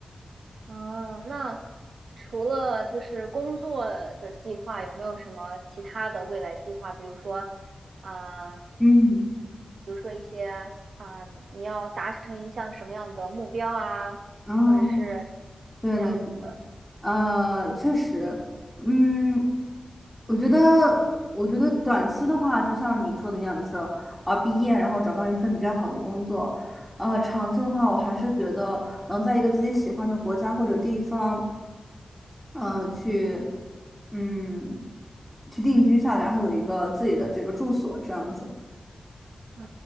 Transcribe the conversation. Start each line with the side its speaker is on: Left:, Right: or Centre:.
Right: 嗯，那除了就是工作的计划，有没有什么其他的未来计划？比如说，呃，
Centre: 嗯，
Right: 比如说一些啊、你要达成一项什么样的目标啊，
Centre: 啊，
Right: 或者是
Centre: 对对对。
Right: 这样子的。
Centre: 呃，确实，嗯，我觉得，我觉得短期的话，就像你说的一样，就是啊，毕业然后找到一份比较好的工作，呃，长期的话，我还是觉得能在一个自己喜欢的国家或者地方，呃，去，嗯，去定居下来，然后有一个自己的这个住所，这样子。
Right: 啊，